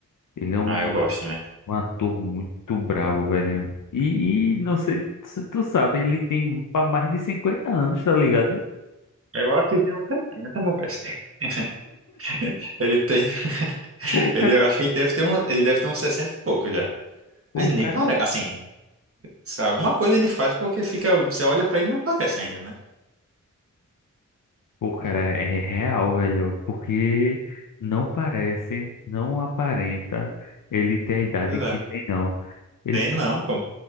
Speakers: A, on the left; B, on the right.
A: Ele é um,
B: Ah, eu gosto também.
A: um ator muito brabo, velho. E, e não sei se tu sabe, ele tem pa- mais de 50 anos, tá ligado?
B: Eu acho que ele tem um talento, rapaz. <laughs> Ele tem. <laughs>
A: Pô, o
B: Ele,
A: cara,
B: eu acho que ele deve ter um, ele deve ter uns 60 e pouco já. Mas
A: pô,
B: nem
A: o cara
B: parece. Assim, se Alguma coisa ele faz porque fica. Você olha pra ele e não parece ainda, né?
A: Pô, cara, é real, velho, porque não parece, não aparenta ele ter a idade
B: Pois
A: que
B: é.
A: tem, não. Ele
B: Tem
A: tá,
B: não, pô.